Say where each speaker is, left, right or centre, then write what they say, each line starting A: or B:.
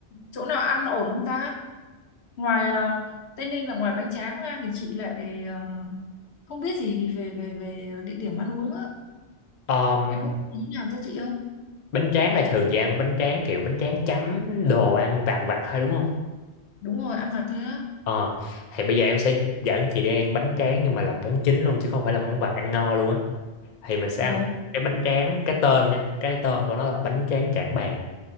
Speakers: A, on the left; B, on the left.
A: chỗ nào ăn ổn không ta? Ngoài à, Tây Ninh là ngoài bánh tráng ra thì chị lại à, không biết gì về về về địa điểm ăn uống á.
B: Ờm,
A: Em có ý nào cho chị không?
B: bánh tráng là thường chị ăn bánh tráng kiểu bánh tráng chấm đồ ăn vặt vặt hay đúng không
A: Đúng rồi, ăn vặt thôi á.
B: ờ thì bây giờ em sẽ dẫn chị đi ăn bánh tráng nhưng mà là món chính luôn chứ không phải là món vặt ăn no luôn á thì mình sẽ
A: Ồ,
B: ăn cái bánh tráng cái tên nha cái tên của nó là bánh tráng Trảng Bàng